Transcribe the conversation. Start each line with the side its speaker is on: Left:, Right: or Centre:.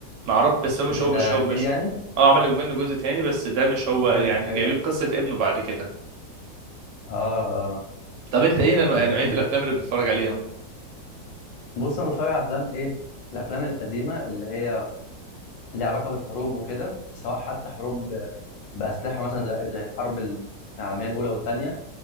Right: ما اعرفش بس هو مش
Left: ده
Right: هو مش هو
Left: جديد
Right: مش
Left: يعني
Right: اه عملوا منه جزء تاني بس ده مش هو
Left: طب حلو
Right: يعني
Left: حلو
Right: جايبين
Left: أوي.
Right: قصه ابنه بعد كده
Left: اه اه
Right: طب انت ايه نوع-
Left: طب
Right: نوعيه
Left: جامد
Right: الافلام
Left: جدا
Right: اللي بتتفرج عليها
Left: بص انا بتفرج على افلام ايه الافلام القديمه اللي هي ليها علاقه بالحروب وكده سواء حتى حروب ب- باسلحه مثلا زي زي الحرب ال- العالميه الاولى والثانيه